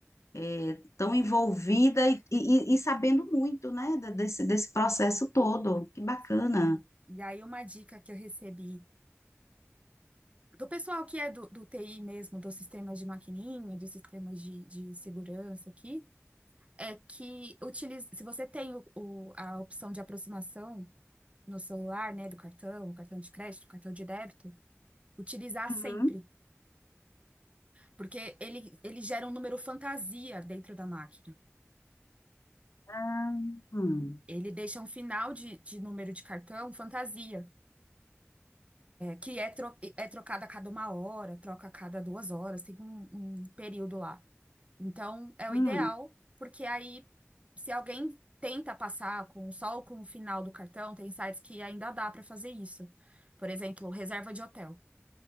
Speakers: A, on the left; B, on the right.
A: é, tão envolvida e, e- e sabendo muito, né, da- desse, desse processo todo. Que bacana.
B: sim. E aí, uma dica que eu recebi do pessoal que é do, do TI mesmo, dos sistemas de maquininha, dos sistemas de, de segurança aqui, é que utilize, se você tem o, o- a opção de aproximação no celular, né, do cartão, cartão de crédito, cartão de débito, utilizar
A: Uhum.
B: sempre, porque ele, ele gera um número fantasia dentro da máquina.
A: Ah, hum,
B: Ele deixa um final de, de número de cartão fantasia. que é, tro é trocado a cada uma hora, troca a cada duas horas, tem um, um período lá. Então, é o
A: hum,
B: ideal, porque aí, se alguém tenta passar com só o- com o final do cartão, tem sites que ainda dá para fazer isso. Por exemplo, reserva de hotel.